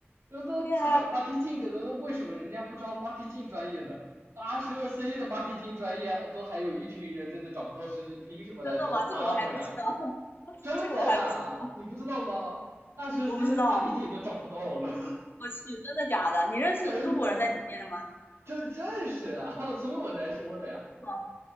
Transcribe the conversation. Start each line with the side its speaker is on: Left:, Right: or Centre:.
Right: 那那他找
Left: 对呀、
Right: marketing 的，那为什么人家不招 marketing 专业呢？二十二 C 的 marketing 专业都还有一群人在那找不到实习，凭什么来招他们呀？
Left: 真的吗？这个我还不知道，<laughs>
Right: 真的呀，
Left: 这个我还不知道，
Right: 你不知道吗？二十
Left: 我不知道。
Right: C 的 marketing 都找不到了，
Left: 我去，真的假的？你认识中国人在里面吗？
Right: <laughs> 真的，这正是啊，<laughs> 所以我才说的呀。
Left: 啊，